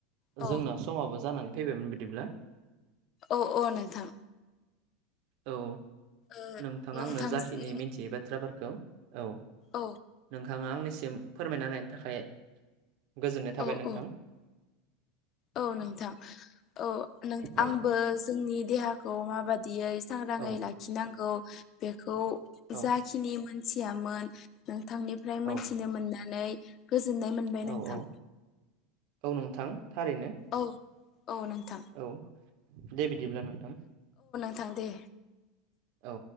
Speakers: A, on the left; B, on the right.
A: औ
B: जोंना समाबो जानानै फैबायमोन बिदिब्ला
A: औ औ नोंथां
B: औ
A: ओ
B: नोंथाङा
A: नोंथांजों
B: आंनो जाखिनि मिथियै बाथ्राफोरखौ औ
A: औ
B: नोंथाङा आंनिसिम फोरमायना होनायनि थाखाय गोजोननाय थाबाय
A: औ
B: नोंथां।
A: औ औ नोंथां औ आंबो
B: औ
A: जोंनि देहाखौ माबा दियै सांग्राङै
B: औ
A: लाखिनांगौ बेखौ
B: औ
A: जाखिनि मोनथियामोन नोंथांनिफ्राय मोनथिनो
B: औ
A: मोननानै गोजोननाय मोनबाय
B: औ
A: नोंथां।
B: औ औ नोंथां थारैनो
A: औ औ नोंथां
B: औ। दे बिदिब्ला नोंथां।
A: थां दे
B: औ